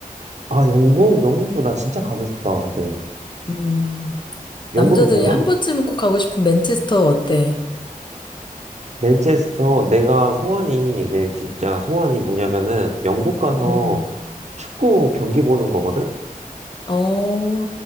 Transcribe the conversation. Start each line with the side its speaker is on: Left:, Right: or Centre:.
Right: 아, 영국, 영국도 나 진짜 가고 싶다. 근데
Left: 음, 남자들이
Right: 영국에 뭐가,
Left: 한 번쯤은 꼭 가고 싶은 맨체스터 어때?
Right: 맨체스터, 내가 소원이, 내 진짜 소원이 뭐냐면은, 영국 가서
Left: 음,
Right: 축구 경기 보는 거거든?
Left: 어,